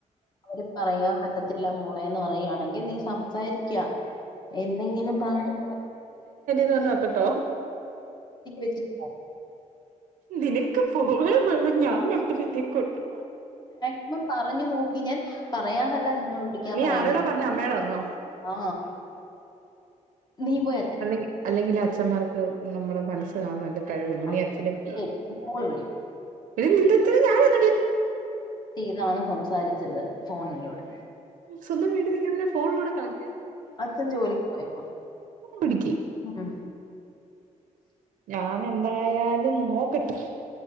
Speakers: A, on the left; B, on the right.
A: അവര് പറയാൻ പറ്റത്തില്ല മോളെഎന്ന് പറയാണെങ്കിൽ നീ സംസാരിക്കഎന്തെങ്കിലും പറഞ്ഞു
B: ന്ന നോക്കട്ടാ
A: വെച്ചിട്ട്
B: നിനക്ക് പോവാൻ വേണം ഞാൻ ഒറ്റക്ക് ഇ കൊട്ടു
A: ഇപ്പം പറഞ്ഞു നോക്കി ഞാൻ പറയാതല്ല നിന്നോട് വിളിക്കാൻ
B: നീ
A: പറയുന്നത്
B: ആരോടാ പറഞ്ഞെ അമ്മയോടാന്നോ
A: ആ നീ പോയി അച്ഛനെ
B: അല്ലെങ്കിൽ അല്ലെങ്കിൽ അച്ഛന്മാർക്ക് നമ്മുടെ മനസ്സ് കാണർത് കഴിവുണ്ട്
A: ആ
B: നീ അച്ഛനെ പിടിക്ക്
A: ശരി
B: <unintelligible>
A: മോള് വിളി
B: എടി നിന്റെ അച്ഛനെ ഞാൻ എന്തെടി
A: ഇതാണ് സംസാരിച്ചത് ഫോണിലൂടെ
B: സ്വന്തം വീട്ടിൽ നിക്കുന്നത് ഫോണെടുക്കാനോ
A: അച്ഛൻ ജോലിക്ക് പോയപ്പോ
B: <unintelligible>
A: ഉം.
B: ഞാൻ എന്തായാലും നോ ക്കും